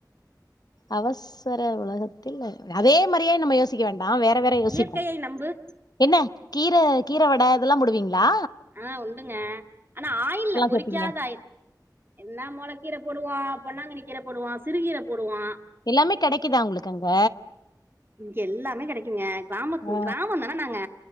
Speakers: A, on the left (about 65°); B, on the right (about 30°).
A: அவசர உலகத்தில் அதே மாரியே நம்ம யோசிக்க வேண்டா வேற வேற யோசிப்போ
B: இயற்கையை நம்பு
A: என்ன கீர கீர வட அதெல்லா போடுவீங்ளா
B: ஆ உண்டுங்க ஆனா ஆயில்ல பொரிக்காத
A: சேப்பீங்க
B: ஆ என்ன மொளக்கீர போடுவோ பொன்னாங்கன்னி கீர போடுவோ சிறுகீர போடுவோ
A: எல்லாமே கெடைக்குதா உங்களுக்கு அங்க
B: இங்க எல்லாமே கெடைக்குங்க கிராமத்
A: ஆ
B: கிராம தான நாங்க